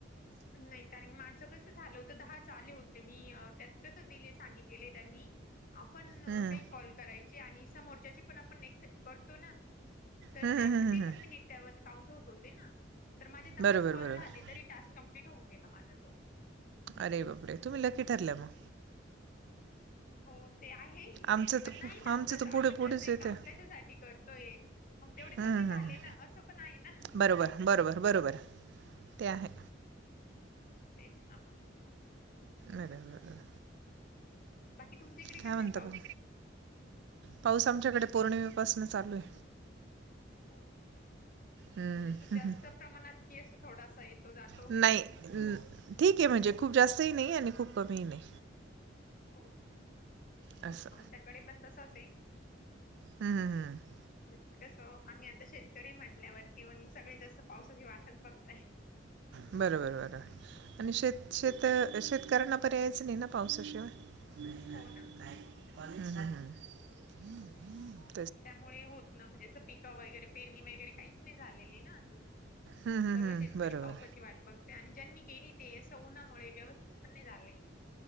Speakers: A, on the left; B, on the right.
A: नाही कारण माझं कसं झालं होतं दहाच आले होते, मी त्यात कसं दिले सांगितलेलं आहे त्यांनी आपण
B: हं.
A: काही कॉल करायचे आणि समोरच्याचे पण आपण एक्सेप्ट करतो ना. तर
B: हं,
A: त्या
B: हं, हं,
A: ते
B: हं, हं.
A: पण मिनिट त्यावरती काउंट होतं होते ना तर माझे दहाच
B: बरोबर
A: कॉल
B: बरोबर
A: झाले. तरी टास्क कम्प्लीट होऊ गेला माझं तो.
B: अरे बापरे तुम्ही लकी ठरले मग.
A: हो ते आहे
B: आमचं
A: पण
B: तर
A: नाही ना
B: आमचं
A: तस
B: तर
A: आपण
B: पुढे पुढेच
A: कस
B: येते
A: काम
B: हं,
A: कशासाठी करतोय. मग तेवढी
B: हं,
A: कमी झाले
B: हं, हं.
A: ना असं पण आहे ना.
B: बरोबर बरोबर बरोबर
A: हो
B: ते आहे.
A: तेच ना मग.
B: नाहीरे <inaudible>
A: बाकी तुमच्या इकडे
B: काय
A: कसा
B: म्हणता
A: आहे पाऊस?
B: मघ पाऊस आमच्याकडे पौर्णिमेपासून चालू आहे.
A: हो
B: हं,
A: म्हणजे
B: हं,
A: जास्त
B: हं.
A: प्रमाणात की असं थोडासा येतो जातो.
B: नाही ठीक आहे म्हणजे खूप जास्तही नाही आणि खूप कमीही नाही.
A: हो
B: असं
A: आमच्याकडे पण तसंच आहे.
B: हम्म हम्म हम्म
A: मग कसं आम्ही आता शेतकरी म्हंटल्यावरती मग सगळेच अस पावसाची वाटच बघतय.
B: बरोबर बरोबर. आणि शेत शेत शेतकऱ्यांना पर्यायचं नाही ना पावसाशिवाय. नाही
A: हो ना
B: ना.
A: त्यामुळे होत ना असे पिकं वगैरे पेरणी वगैर. तरी काहीच नाही झालेली अजून.
B: हं, हं,
A: सर्व
B: हं.
A: शेतकरी
B: बरोबर.
A: पावसा वाट बघते आणि ज्यांनी केली ते सौनामुळे व्यवस्थित पण नाही झालेली.